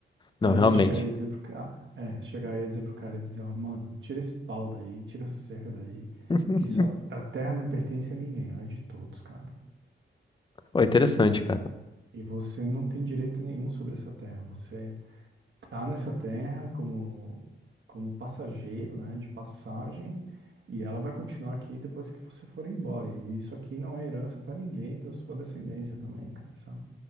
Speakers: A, on the left; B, on the right.
A: Não,
B: Aí
A: realmente.
B: eu ia chegar e ia dizer pro cara, é, chegar e ia dizer pro cara e dizer, ó, mano, tira esse pau daí, tira essa cerca daí,
A: <laughs>
B: que isso, a a terra não pertence a ninguém, ela é de todos, cara.
A: Pô, interessante,
B: E,
A: cara.
B: e você não tem direito nenhum sobre essa terra. Você tá nessa terra como, como passageiro, né, de passagem, e ela vai continuar aqui depois que você for embora. E isso aqui não é herança pra ninguém da sua descendência também, cara, sabe?